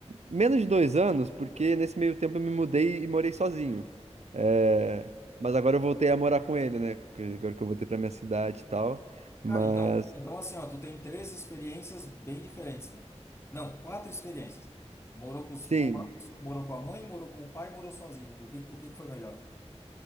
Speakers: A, on the right; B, on the left.
A: Menos de dois anos, porque nesse meio tempo eu me mudei e morei sozinho. É, Mas agora eu voltei a morar com ele, né? que- Agora que eu voltei pra minha cidade e tal. Mas,
B: Cara, então, então assim, ó, tu tem três experiências bem diferentes, né? Não, quatro experiências. Morou com, os-
A: sim,
B: com ambos, morou com a mãe, morou com o pai, morou sozinho. O que, o que que foi melhor?